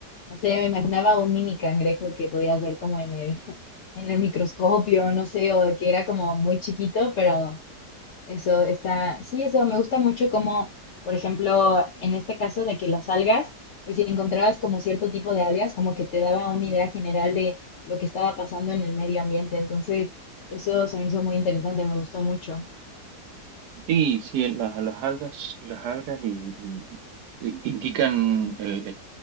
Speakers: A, on the left (about 70°); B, on the right (about 80°).
A: no sé, me imaginaba un mini cangrejo que podías ver como en el, <laughs> en el microscopio, no sé, o que era como muy chiquito, pero eso está, sí, eso me gusta mucho como, por ejemplo, en este caso de que las algas, pues si encontrabas como cierto tipo de algas, como que te daba una idea general de lo que estaba pasando en el medio ambiente. Entonces, eso se me hizo muy interesante, me gustó mucho.
B: Sí, sí, el- las, las algas, las algas y, y- y- indican el-